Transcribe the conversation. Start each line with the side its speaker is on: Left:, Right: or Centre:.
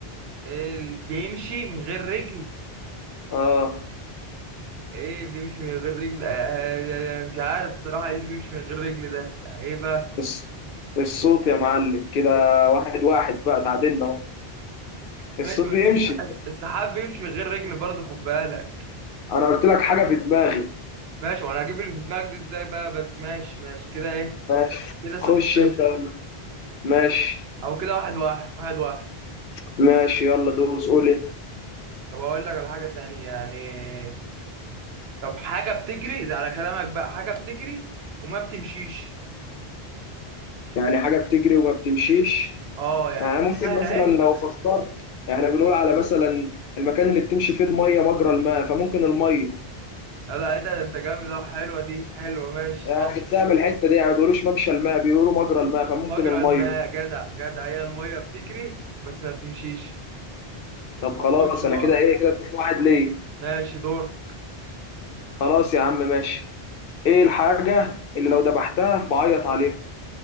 Right: إيه اللي بيمشي من غير رجل
Left: اه
Right: ايه بيمشي من غير رجل آه آه، آه، مش عارف صراحة ايه اللي بيمشي من غير رجل ده يعني ايه بقى
Left: الص- الصوت يا معلم كده واحد واحد بقى تعادلنا اهو
Right: ماشي
Left: الصوت بيمشي
Right: بس الس- السحاب بيمشي من غير رجل برضه خد بالك
Left: انا قلت لك حاجه في دماغي
Right: ماشي وانا هجيب اللي في دماغك دي ازاي بقى بس ماشي ماشي كده ايه
Left: ماشي
Right: كده صفر
Left: خش
Right: صفر
Left: انت ماشي
Right: او كده واحد واحد واحد واحد
Left: ماشي يلا دوس قول انت
Right: طب اقول لك على حاجة تانية يعني طب حاجة بتجري ده على كلامك بقى حاجة بتجري وما بتمشيش
Left: يعني حاجه بتجري وما بتمشيش
Right: اه يعني
Left: يعني ممكن
Right: سهلة
Left: مثلا
Right: اهي
Left: لو فكرت يعني إحنا بنقول على مثلا المكان اللي بتمشي فيه الميه مجرى الماء فممكن الميه
Right: لا ايه ده ده انت جامد اهو حلوة دي حلوة ماشي
Left: يعني
Right: صح
Left: جبتها من الحته دي يعني ما بيقولوش ممشى الماء بيقولوا مجرى الماء فممكن
Right: مجرى
Left: الميه
Right: الماء جدع جدع هي المية بتجري بس ما بتمشيش
Left: طب خلاص
Right: خش
Left: انا
Right: دورك
Left: كده ايه كده 2 واحد ليه
Right: ماشي دور
Left: خلاص يا عم ماشي ايه الحاجه اللي لو ذبحتها بعيط عليها